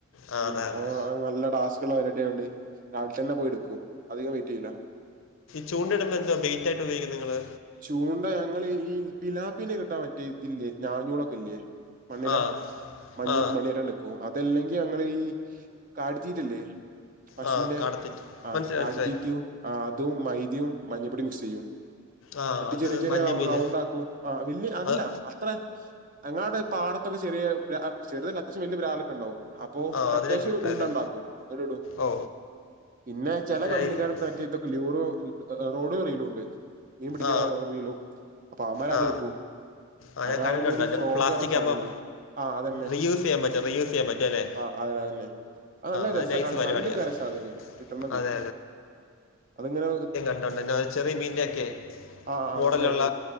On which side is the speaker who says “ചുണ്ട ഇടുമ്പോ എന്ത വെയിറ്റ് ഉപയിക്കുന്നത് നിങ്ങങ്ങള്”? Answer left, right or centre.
Left